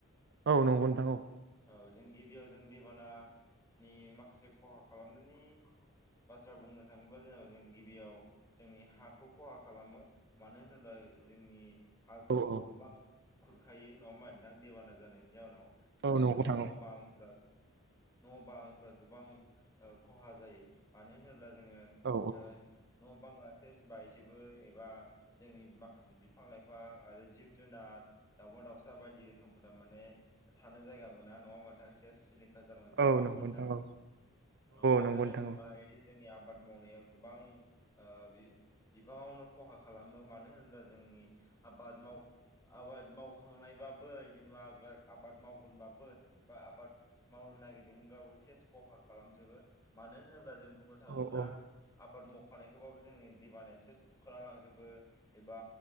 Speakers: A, on the right (about 60°); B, on the left (about 20°).
A: औ नंगौ नोंथां औ
B: औ जों गिबियाव जों दैबानानि माखासे खहा खालामनायनि बाथ्रा बुंनो थाङोब्ला जेनेबा जों गिबियाव जोंनि हाखौ खहा खालामो मानो होनोब्ला जोंनि हाखौ
A: औ औ
B: गोबां खुरखायो नङा होमबा नोंथां देबाना जानायनि जाउनाव आरो
A: औ नंगौ
B: जोंनि
A: नोंथां
B: न' बांफ्रा न' बांफ्रा गोबां खहा जायो मानो होनोब्ला जोङो
A: औ
B: ओ न' बांआ सेस बायजोबो बो एबा जोंनि बिाफां लाइफां आरो जिब जुनार दावमा दाउसा बायदि रोखोमफोर माने थानो जायगा मोना नङा होनबा नोंथां सेस सिलिं खार जालांजोबो
A: औ
B: नोंथां
A: नंगौ औ
B: औ आरो
A: नंगौ नोंथां
B: जों बुंनो
A: औ
B: हायोदि जोंनि आबाद मावनायाव गोबां ओ बिबाङावनो खहा खालामो मानो होनोब्ला जोंनि आबाद माव आबाद मावखांनायबाबो जेनेबा आ आबाद मावगोनबाबो एबा आबाद मावनो नागिरदोंब्लाबो सेस खहा खालामजोबो मानो होनोब्ला जों बुंनो थाङोब्ला
A: औ औ
B: आबाद मख मावखानायखौबाबो जोंनि दैबानाया सेस खुरखाना लांजोबो एबा